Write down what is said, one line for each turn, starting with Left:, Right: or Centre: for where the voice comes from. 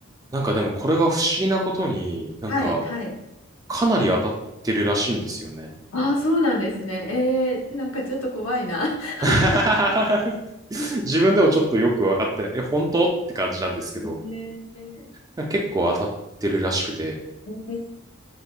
Right: なんかでもこれが不思議なことに、なんか
Left: はい、はい。
Right: かなり当たってるらしいんですよね。
Left: ああ、そうなんですね。えー、なんかちょっと怖いな。<laughs>
Right: <laughs> 自分でもちょっとよくわかってない。え、本当って感じなんですけど、
Left: えー、
Right: なんか結構当たってるらしくて、
Left: えー